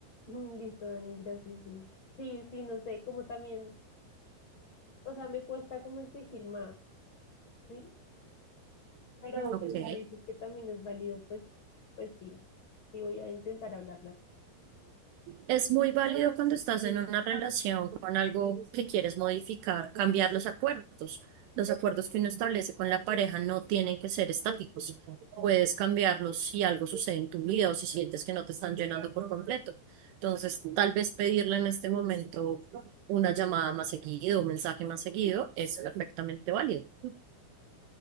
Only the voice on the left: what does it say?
Mm, listo, Dani, gracias, sí. Sí, sí, no sé, como también, o sea, me cuesta como exigir más, ¿sí? Pero
pues si me dices que también es válido, pues, pues sí, sí voy a intentar hablarla.